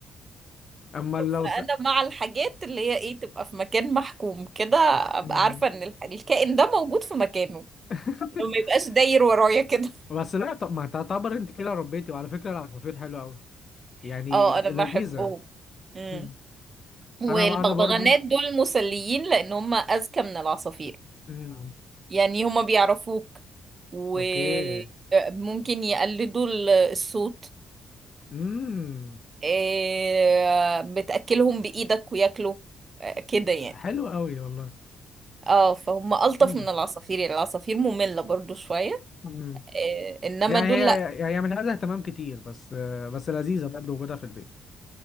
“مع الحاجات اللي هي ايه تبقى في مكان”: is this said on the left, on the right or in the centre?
Right